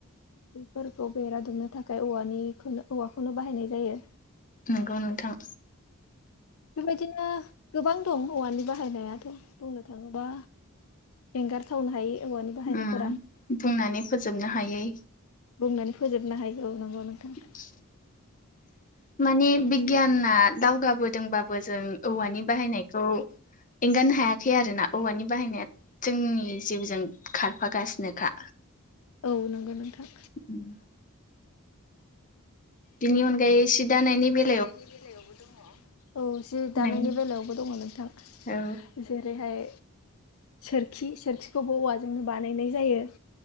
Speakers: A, on the left; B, on the left.
A: बेफोरखौ बेरा दुमनो थाखाय औवानिखौ औवाखौनो बाहायनाय जायो।
B: नंगौ नोंथां।
A: बेबायदिनो। गोबां दं औवानि बाहायनायाथ' बुंनो थाङोबा एंगारथावनो हाय औवानि। बाहायनायफोरा
B: ओम बुंनानै फोजोबनो हायै।
A: बुंनानै फोजोबनो हायै औ नंगौ नोंथां।
B: <inaudible> मानि बिगियाना दावगाबोदोंबाबो जों औवानि बाहायनायखौ- एंगारनो हायाखै आरो ना औवानि बाहायनाया। जोंनि जिउजों खारफागासिनोखा।
A: औ नंगौ नोंथां।
B: उम बिनि अनगायै सि दानायनि बे
A: दानायनि बेलायावबो दङ औ जि दानायनि
B: नों
A: बेलायावबो दङ नोंथां।
B: औ
A: जेरैहाय सोरखि सोरखिखौबो औवाजोंनो बानायनाय जायो।